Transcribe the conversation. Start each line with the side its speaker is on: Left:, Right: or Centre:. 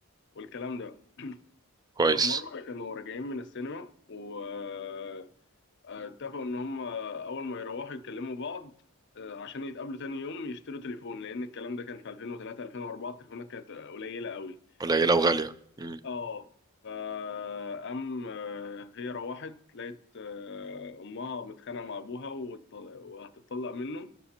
Left: والكلام ده
Right: كويس
Left: ففي مرة كانوا راجعين من السينما واتفقوا إن هم أول ما يروحوا يتكلموا بعض آه، عشان يتقابلوا تاني يوم يشتروا تليفون لأن الكلام ده كان في 2003 2004 التليفونات كانت قليلة قوي
Right: قليلة وغالية مم.
Left: اه فقام آه، هي روحت لقيت آه، أمها متخانقة مع أبوها وت- وهتتطلق منه